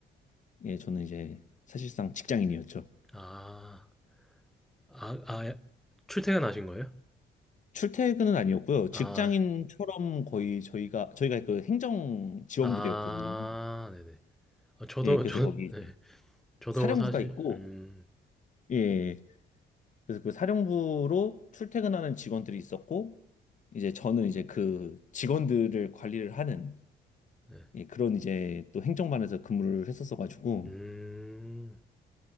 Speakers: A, on the left; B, in the centre.
A: 예, 저는 이제 사실상 직장인이었죠.
B: 아, 아, 아, 예. 출퇴근하신 거예요?
A: 출퇴근은 아니었고요. 직장인처럼
B: 아,
A: 거의 저희가 저희가 그 행정 지원
B: 아,
A: 부대였거든요.
B: 네네. 아, 저도,
A: 예, 그래서
B: 저,
A: 거기 이제
B: 네. 저도
A: 사령부가
B: 사실,
A: 있고
B: 음,
A: 예, 그래서 그 사령부로 출퇴근하는 직원들이 있었고 이제 저는 이제 그 직원들을 관리를 하는
B: 네.
A: 예, 그런 이제 또 행정반에서 근무를 했었어 가지고
B: 음,